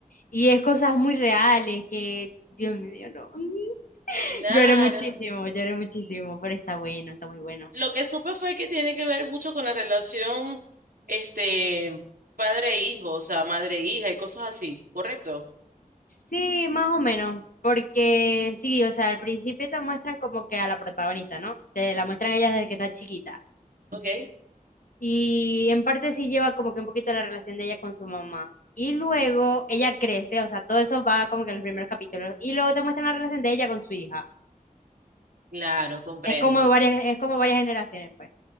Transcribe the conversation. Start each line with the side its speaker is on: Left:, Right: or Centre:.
Left: y es cosas muy reales que, Dios mío, no. <laughs>
Right: Claro.
Left: Lloré muchísimo, lloré muchísimo, pero está bueno, está muy bueno.
Right: Lo que supe fue que tiene que ver mucho con la relación, este, padre-hijo, o sea, madre-hija y cosas así, ¿correcto?
Left: Sí, más o menos, porque sí, o sea, al principio te muestran como que a la protagonista, ¿no? Te la muestran ella desde que está chiquita.
Right: ¿ok?
Left: Y en parte sí lleva como que un poquito la relación de ella con su mamá. Y luego ella crece, o sea, todo eso va como que en los primeros capítulos. Y luego te muestran la relación de ella con su hija.
Right: Claro, comprendo.
Left: Es como varias, es como varias generaciones, pues.